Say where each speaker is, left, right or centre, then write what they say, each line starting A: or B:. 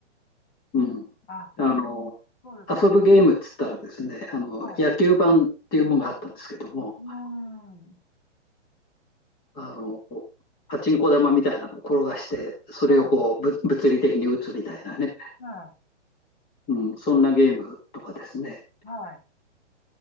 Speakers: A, on the left; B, on the left.
A: うん。
B: あ、あ、
A: あの、
B: そうです。
A: 遊ぶゲームっつったらですね、あの、
B: はい。
A: 野球盤っていうものがあったんですけども、
B: うん。うん
A: あの、こうパチンコ玉みたいなのを転がして、それをこう、
B: はい。
A: ぶ物理的に打つみたいなね、
B: は
A: うん、そんなゲームとかですね。
B: い。はい。